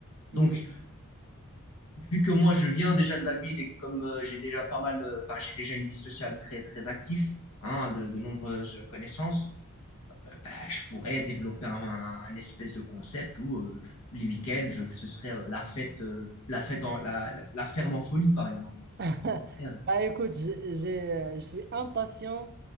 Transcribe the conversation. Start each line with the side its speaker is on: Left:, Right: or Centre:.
Right: Hum.
Left: Donc, vu que moi je viens déjà de la ville et que comme euh, j'ai déjà pas mal, euh, enfin j'ai déjà une vie sociale très très active, hein, de, de nombreuses connaissances, euh, bah, je pourrais développer un, un- un espèce de concept où euh, tous les week-ends je- ce serait euh, la fête, euh, la fête en la, la- la ferme en folie par exemple.
Right: <laughs>
Left: Bien.
Right: Bah écoute, j'ai- j'ai- je suis impatient